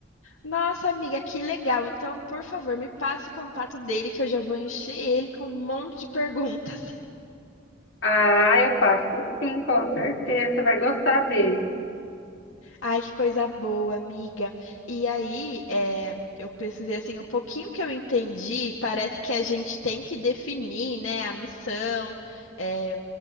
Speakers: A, on the left; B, on the left.
A: Nossa, amiga, que legal. Então, por favor, me passa o contato dele que eu já vou encher ele com um monte de perguntas.
B: Ah, eu passo sim, com certeza, você vai gostar dele.
A: Ai, que coisa boa, amiga. E aí, é, eu pesquisei assim, o pouquinho que eu entendi, parece que a gente tem que definir, né, a missão, é,